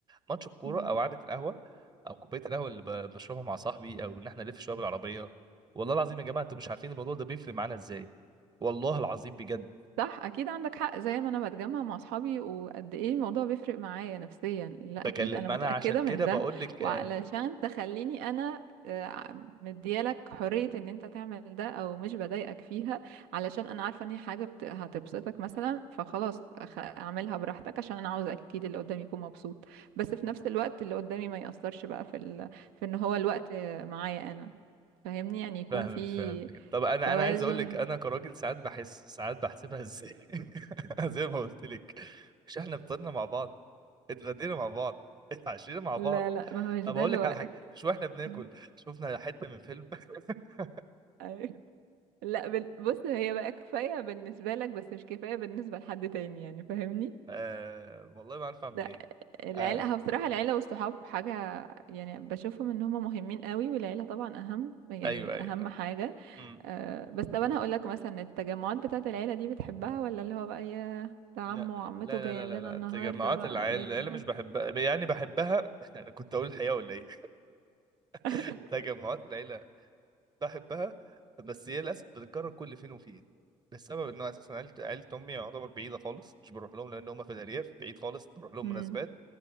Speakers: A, on the right (about 25°); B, on the right (about 70°).
A: ماتش الكوره
B: هقدر.
A: او قعده القهوه او كوبايه القهوه اللي ب- بشربها مع صاحبي او ان احنا نلف شويه بالعربيه والله العظيم يا جماعه انتوا مش عارفين الموضوع ده بيفرق معانا ازاي والله العظيم بجد
B: صح اكيد عندك حق زي ما انا بتجمع مع اصحابي وقد ايه الموضوع بيفرق معايا نفسيا لا
A: بكلم
B: اكيد انا
A: ما
B: متأكدة
A: انا عشان كده
B: من ده
A: بقول لك
B: وعلشان
A: آه،
B: تخليني انا آه، مديالك حرية ان انت تعمل ده او مش بضايقك فيها علشان انا عارفة ان هي حاجة بت... هتبسطك مثلا فخلاص أخ... اعملها براحتك عشان انا عاوز اكيد اللي قدامي يكون مبسوط بس في نفس الوقت اللي قدامي ما يأثرش بقى في ال... في ان هو الوقت معايا انا فاهمني يعني يكون
A: فاهمك
B: في
A: فاهمك طب انا
B: توازن
A: انا عايز اقول لك انا كراجل ساعات بحس ساعات بحسبها ازاي <laughs> زي ما قلت لك مش احنا فطرنا مع بعض اتغدينا مع بعض اتعشينا مع
B: لا
A: بعض
B: لا ما هو مش
A: طب
B: ده
A: اقول
B: الوقت
A: لك على حاجه مش واحنا بناكل
B: مم.
A: شفنا حته من فيلم <laughs>
B: ايوه لا بال- بص هي بقى كفايه بالنسبه لك بس مش كفايه بالنسبه لحد تاني يعني فاهمني
A: آه والله ما عارف اعمل
B: لا
A: ايه
B: العيله
A: آه
B: هو بصراحه العيله والصحاب حاجه يعني بشوفهم ان هم مهمين قوي والعيله طبعا اهم يعني
A: ايوه ايوه
B: اهم حاجه
A: أمم.
B: أه بس طب انا هقول لك مثلا التجمعات بتاعه العيله دي بتحبها ولا اللي هو بقى يا ده عمه
A: لا
B: وعمته
A: لا
B: جايين
A: لا لا لا
B: لنا
A: لا.
B: النهارده
A: تجمعات
B: بقى
A: العيله
B: ايه
A: العيله
B: ده
A: مش بحبها يعني بحبها <laughs> انا كنت اقول الحقيقه ولا ايه
B: <laughs>
A: <laughs> تجمعات العيله بحبها بس هي للاسف بتتكرر كل فين وفين بسبب انه اساسا عيلة عيلة امي يعتبر بعيده خالص مش بروح لهم لان هم في الارياف بعيد خالص بروح لهم
B: امم
A: مناسبات